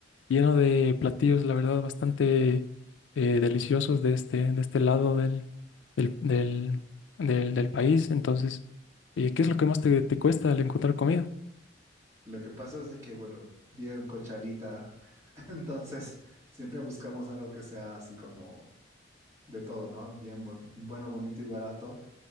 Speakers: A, on the left (about 80°); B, on the right (about 15°).
A: lleno de platillos, la verdad, bastante eh, deliciosos de este, de este lado del, del, del, del- del país. Entonces, eh, ¿qué es lo que más te, te cuesta al encontrar comida?
B: Lo que pasa es de que, bueno, bien cochalita, <laughs> entonces siempre buscamos algo que sea así como de todo, ¿no? Bien, bu- bueno, bonito y barato.